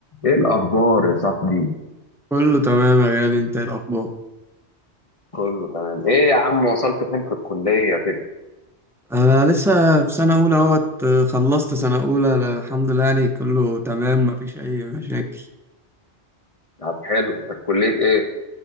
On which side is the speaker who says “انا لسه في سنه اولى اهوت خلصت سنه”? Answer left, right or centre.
Centre